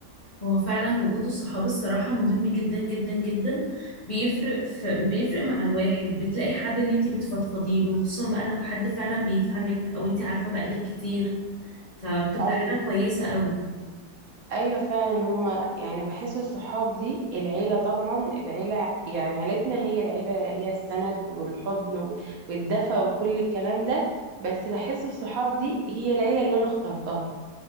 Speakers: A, on the left; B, on the right.
A: هو فعلا وجود الصحاب الصراحة مهم جدا جدا جدا بيفرق في بيفرق مع الواحد بتلاقي حد ان انتي بتفضفضي له خصوصا بقى لو حد فعلا بيفهمك او انتي عارفة بقالك كتير فبتبقى
B: أيوة
A: حاجة كويسة قوي
B: ايوه فعلا هما يعني بحس الصحاب دي العيله طبعا العيله يعني عيلتنا هي العيله هي السند والحضن و- والدفى وكل الكلام ده بس بحس الصحاب دي هي العيله اللي انا اخترتها